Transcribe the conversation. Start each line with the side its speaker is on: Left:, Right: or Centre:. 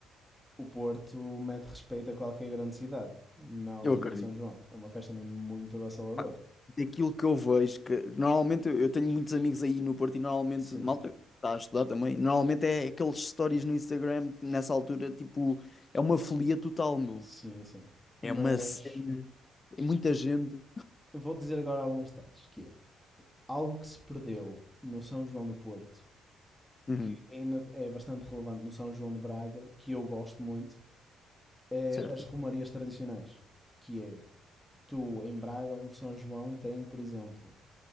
Centre: o Porto mete respeito a qualquer grande cidade, na
Left: Eu
Centre: altura
Left: acredito.
Centre: de São João. É uma festa mesmo muito avassaladora.
Left: Pá, Daquilo que eu vejo, que normalmente eu eu tenho muitos amigos aí no Porto e normalmente,
Centre: Sim,
Left: malta, está a estudar também, normalmente é aqueles stories no Instagram, nessa altura, tipo, é uma folia total, meu.
Centre: sim, sim. Mas
Left: É uma cena, é muita gente.
Centre: vou dizer agora alguns detalhes, que é algo que se perdeu no São João do Porto,
Left: Uhum,
Centre: que ainda é bastante relevante no São João de Braga, que eu gosto muito, é
Left: certo?
Centre: as romarias tradicionais, que é tu em Braga, o São João tem, por exemplo,